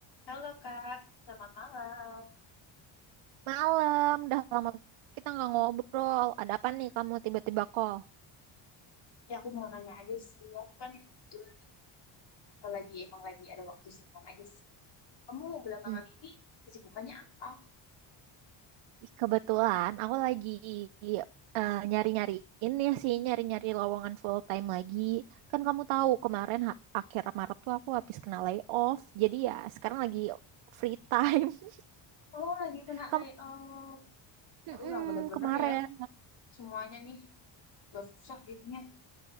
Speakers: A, on the left; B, on the right.
A: Halo Kak, selamat malam.
B: Malam, udah lama kita nggak ngobrol. Ada apa nih kamu tiba-tiba call?
A: Ya aku mau nanya aja sih, aku kan kebetulan nih, kalau lagi emang lagi ada waktu senggang aja sih. Kamu belakangan
B: Hmm,
A: ini kesibukannya apa?
B: kebetulan aku lagi eh, nyari-nyari ini sih, nyari-nyari lowongan full time lagi. Kan kamu tahu kemarin ha- akhir Maret tuh aku habis kena layoff. Jadi ya sekarang lagi free time. <laughs>
A: Oh lagi kena
B: Kamu
A: layoff. Tapi
B: Mm-mm,
A: emang bener-bener
B: kemarin,
A: ya, semuanya nih gak susah jadinya.